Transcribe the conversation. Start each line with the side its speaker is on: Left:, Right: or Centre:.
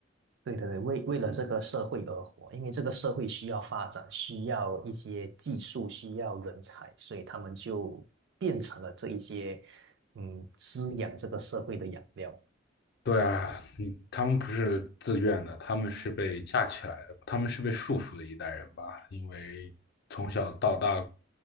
Right: 对对对，为为了这个社会而活，因为这个社会需要发展，需要一些技术，需要人才，所以他们就变成了这一些嗯滋养这个社会的养料。
Left: 对啊，你他们不是自愿的，他们是被架起来的，他们是被束缚的一代人吧？因为从小到大